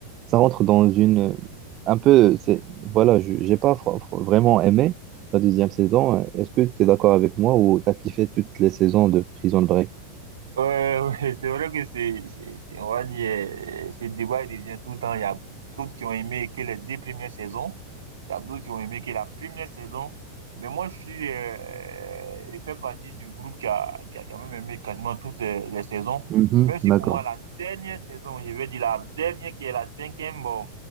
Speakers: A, on the right; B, on the right.
A: ça rentre dans une euh, un peu. C'est voilà, je- j'ai pas fr- fr- vraiment aimé la deuxième saison. Est-ce que tu es d'accord avec moi ou t'as kiffé toutes les saisons de Prison Break?
B: Ouais, ouais, <laughs> c'est vrai que c'est, c'est, c'est- on va dire, euh, ce débat, il revient tout le temps. Il y a d'autres qui ont aimé que les deux premières saisons. Il y a d'autres qui ont aimé que la première saison. Mais moi, je suis, euh, euh, je fais partie du groupe qui a, qui a quand même aimé quasiment toutes les, les saisons.
A: Mhm,
B: Même si
A: d'accord.
B: pour moi, la dernière saison, je vais dire la dernière qui est la cinquième, bon,